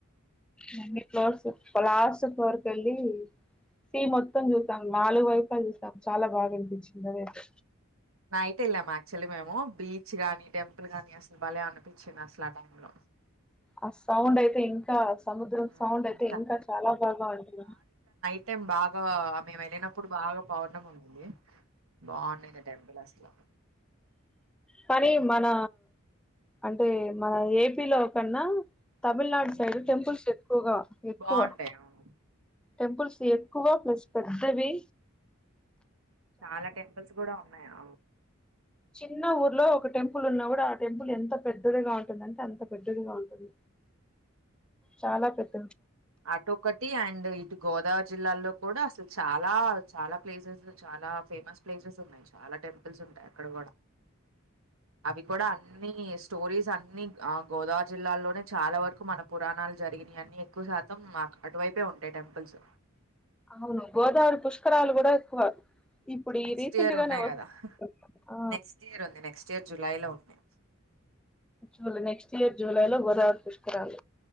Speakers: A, in the centre; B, on the right (about 80°).
A: నగే ఫ్లోర్సు ఫలార్సు ఫోర్ కెళ్ళి టీ మొత్తం చూసాం నాలుగు వైపులు చూసాం చాలా బాగా అనిపించింది. అదైతే
B: నైట్ ఏళ్ళాము అయ్యాక్చల్లి మేము బీ చ్చిగాని టెంపుల్ గానీ ఆస్ బలే అనిపించింది. అస్లా ఆ టైమ్ లో
A: ఆ సౌండ్ అయితే ఇంకాస్ సముద్రం
B: హ్మ్.
A: సౌండ్ అయితే ఇంకా చాలా బాగా ఉంటుంద.
B: హేబాదు ఆ మేము వెళ్ళినప్పుడు బాగా పౌర్ణం ఉంది. బావుండనే టెంపుల్ అస్లో
A: కానీ మన అంటే మన ఏపీ లో కన్నా తమిళనాడు
B: హ్మ్.
A: సైడ్ టెంపుల్స్ ఎక్కువగా ఎక్కువ
B: బావుంటాయి. అవును.
A: టెంపుల్స్ ఎక్కువ ప్లేస్ పెద్దవి.
B: చాలా టెంపుల్స్ గుడా ఉన్నాయా.
A: చిన్న ఊర్లో ఒక టెంపుల్ ఉన్నా కూడా ఆ టెంపుల్ ఎంత పెద్దదిగా ఉంటుందంటే అంత పెద్దదిగా ఉంటుంది. చాలా పెద్ద
B: అటు ఒకటి అండ్ ఇటు గోదార్ జిల్లాల్లో కూడా అసలు చాలా చాలా ప్లేసేజు చాలా ఫేమస్ ప్లేసెస్ ఉన్నాయి చాలా టెంపుల్స్ ఉంటాయి అక్కడ కూడా అవి కూడా అన్ని ఇ స్టోరీస్ అన్ని ఆ గోదావరి జిల్లాలోనే చాలా వరకు మన పురాణాలు జరిగినయి అన్నన్ని ఎక్కువ మొత్తం మాకు అటువైపే ఉంటాయి టెంపుల్స్
A: అవును గోదావరి పుష్కరాలు కూడా ఎక్కువ ఇప్పుడు ఈ
B: నెక్స్ట్
A: రీసెంట్
B: ఇయర్
A: గానే
B: ఉన్నాయి
A: వస్తు
B: కదా
A: ఆ
B: నెక్స్ట్ ఇయర్ ఉంది నెక్స్ట్ ఇయర్ జులైలో ఉన్నాయి
A: జూలై నెక్స్ట్ ఇయర్ జూలై లో గోదావరి పుష్కరాాల